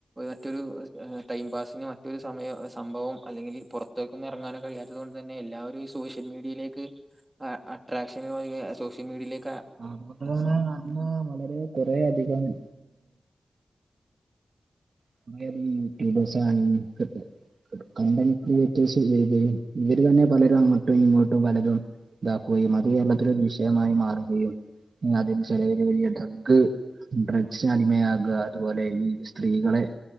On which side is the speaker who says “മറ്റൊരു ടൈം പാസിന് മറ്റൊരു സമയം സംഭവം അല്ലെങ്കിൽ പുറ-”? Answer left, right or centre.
Right